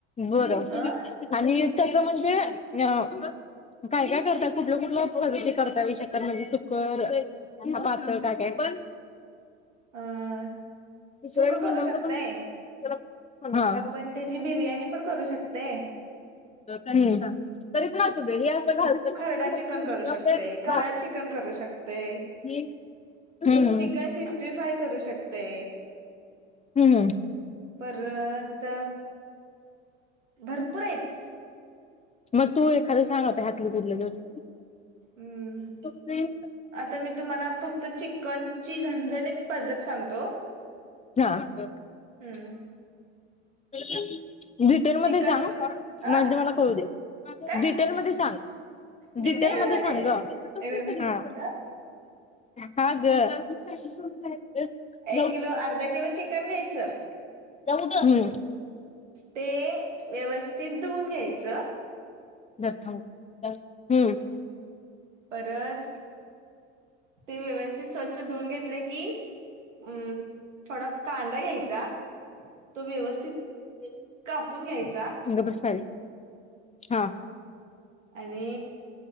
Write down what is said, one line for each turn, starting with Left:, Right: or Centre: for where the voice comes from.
Left: बरं <unintelligible>
Right: अ
Left: आणि त्याचं म्हणजे अ काय काय करताय? कुठल्या कुठल्या पद्धती करता, येऊ शकतात म्हणजे सुक्क? का पात्तळ काय काय?
Right: अं
Left: दुसऱ्या
Right: सुक्क
Left: किंगडमचा
Right: करू शकतंय.
Left: पण त्याला
Right: आपण त्याची बिर्याणी पण करू शकतंय.
Left: हम्म. तरी पण असू दे हे असं घालतेत
Right: खरडा
Left: <unintelligible>
Right: चिकन करू शकतय काळं चिकन करू शकतय
Left: हम्मम हम्म
Right: चिकन सिक्स्टी फाय करू शकते
Left: हम्म.
Right: परत भरपूर आहेत.
Left: मग तू एखादं सांग आता ह्यातलं कुठलं तर?
Right: हम्म.
Left: <unintelligible>
Right: आता मी तुम्हाला फक्त चिकनची झणझणीत पद्धत सांगतो.
Left: हा.
Right: हम्म.
Left: <inaudible> डिटेलमध्ये
Right: चिकन
Left: सांग म्हणजे
Right: अ
Left: मला कळू दे.
Right: काय
Left: डिटेलमध्ये सांग.
Right: डिटेल
Left: डिटेलमध्ये
Right: मध्ये
Left: सांग ग,
Right: व्यवस्थित
Left: हा. हा ग.
Right: एक
Left: जाऊ
Right: किलो, अर्धा किलो चिकन घ्यायचं.
Left: <unintelligible> हम्म.
Right: ते व्यवस्थित धुऊन घ्यायचं.
Left: प्रथम हू.
Right: परत ते व्यवेस्थित स्वच्छ धुऊन घेतले की हू. थोडा कांदा घ्यायचा तो व्यवस्थित कापून घ्यायचा.
Left: बरोबर साडी हा.
Right: आणि